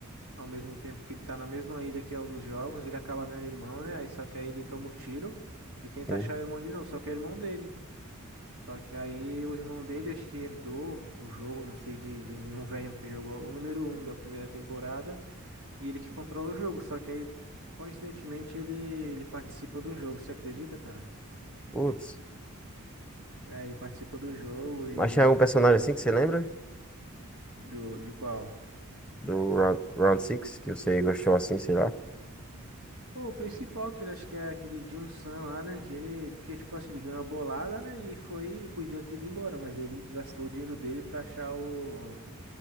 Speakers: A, on the right; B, in the centre.
A: ao mesmo tempo que ele tá na mesma ilha que é o dos jogos, ele acaba vendo o irmão, né? Aí só que aí ele toma um tiro e tenta
B: Sim.
A: achar o irmão de novo, só que é o irmão dele. Só que aí o irmão dele acho que herdou o jogo, não sei, de, de um, de um velho que jogou o número um da primeira temporada e ele que controla o jogo, só que aí coincidentemente ele ele participa do jogo, você acredita, cara?
B: Putz.
A: É, ele participa do jogo e
B: Mas é um personagem assim que você lembra?
A: do de qual?
B: do Round, Round Six que você gostou assim, sei lá.
A: Pô, o principal que ele acho que é aquele Jun San lá, né? Que ele, porque tipo assim, ele ganhou a bolada, né? E foi, podia ter ido embora, mas ele gastou o dinheiro dele pra achar o, o